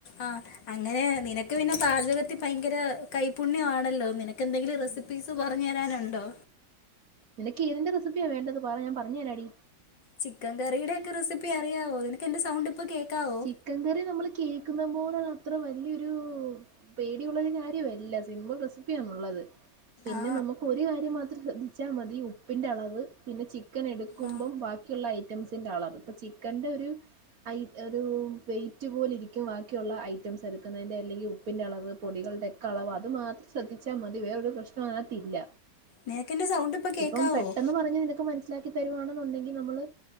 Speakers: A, on the left; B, on the right.
A: ആഹ അങ്ങനെ നിനക്ക് പിന്നെ പാചകത്തി ഭയങ്കര കൈപുണ്യമാണല്ലോ നിനക്ക് എന്തെങ്കിലും റെസിപ്പീസ് പറഞ്ഞു തരാനുണ്ടോ
B: നിനക്ക് ഏതിന്റെ റെസിപ്പിയാ വേണ്ടത് പറ ഞാൻ പറഞ്ഞുതരാടി
A: ചിക്കൻ കറിയുടെ ഒക്കെ റെസിപ്പി അറിയാവോ നിനക്ക് എന്റെ സൗണ്ട് ഇപ്പോൾ കേൾക്കാവോ
B: ചിക്കൻ കറി നമ്മള് കേക്കുന്ന പോലുള്ള അത്ര വലിയൊരു പേടിയുള്ളതി കാര്യമല്ല സിമ്പിൾ റെസിപ്പിയണുള്ളത് പിന്നെ
A: ആ
B: നമുക്ക് ഒരു കാര്യം മാത്രം ശ്രദ്ധിച്ചാൽ മതി ഉപ്പിന്റെ അളവ് പിന്നെ ചിക്കൻ എടുക്കുമ്പം
A: ആ
B: ബാക്കിയുള്ള ഐറ്റംസിന്റെ ആളാവും ഇപ്പ ചിക്കന്റെ ഒരു ഐ ഒരു വെയിറ്റ് പോല ഇരിക്കും ബാക്കിയുള്ള ഐറ്റംസ് എടുക്കുന്നതിൻന്റെ അല്ലെങ്കിൽ ഉപ്പിന്റെ അളവ് പൊടികളുടെയ ഒക്കെവ അളവ് അത് മാത്രം ശ്രദ്ധിച്ചാൽ മതിവേറ ഒരു പ്രശ്ന അകത്തില്ല
A: നിനക്കെൻ്റെ സൗണ്ട് ഇപ്പോൾ കേൾക്കാവോ
B: ഇപ്പം പെട്ടെന്ന് പറഞ്ഞ് നിനക്ക് മനസ്സിലാക്കി തരുവാണെന്നുണ്ടെങ്കിൽ നമ്മള്